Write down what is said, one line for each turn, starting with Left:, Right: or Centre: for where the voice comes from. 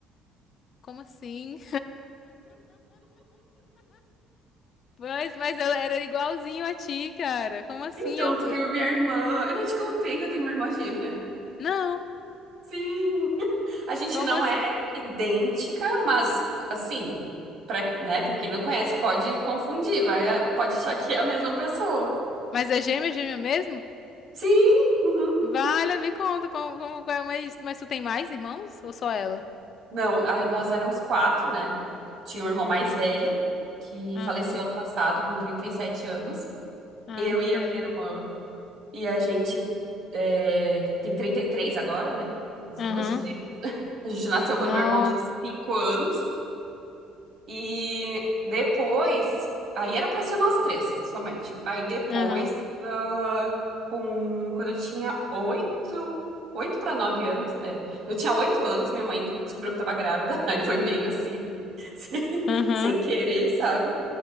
Left: Como assim? Mas, mas ela era igualzinho a ti, cara. Como assim?
Right: Então,
Left: Eu vi.
Right: tu viu minha irmã? Eu não te contei que eu tenho uma irmã gêmea.
Left: Não,
Right: Sim. A gente
Left: como
Right: não
Left: assim?
Right: é idêntica, mas, assim, pra, né, pra quem não conhece, pode confundir, vai, pode achar que é a mesma pessoa.
Left: Mas é gêmea, gêmea mesmo?
Right: Sim. uhum.
Left: Vale, me conta como, como, como é isso. Mas tu tem mais irmãos ou só ela?
Right: Não, a- nós éramos quatro, né? Eu tinha um irmão mais velho, que
Left: Aham.
Right: faleceu ano passado com 37 anos.
Left: Ai,
Right: Eu
Left: que
Right: e
Left: pena.
Right: a minha irmã. E a gente é, tem 33 agora, né? As
Left: Aham.
Right: duas gêmeas. A gente nasceu quando
Left: Nossa.
Right: meu irmão tinha 5 anos. E depois. Aí eram pra ser nós três, somente. Aí depois,
Left: Aham.
Right: ah, com, quando eu tinha oito oito para 9 anos, é. Eu tinha 8 anos, minha mãe descobriu que tava grávida. <laughs> Aí foi meio assim, <laughs> sem,
Left: Aham.
Right: sem querer, sabe?